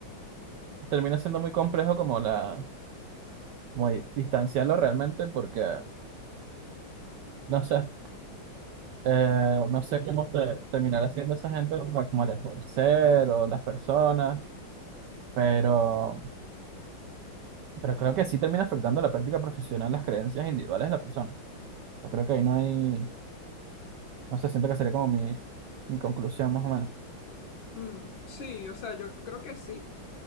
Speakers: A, on the right; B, on the left.
A: termina siendo muy complejo como la como di- distanciarlo realmente porque, no sé, eh, no sé cómo te- terminará haciendo esa gente, como, como el escorsel o las personas, pero, pero creo que sí termina afectando la práctica profesional, las creencias individuales de la persona. O sea, creo que ahí no hay, no sé, siento que sería como mi, mi conclusión más o menos.
B: Mm, sí, o sea, yo creo que sí.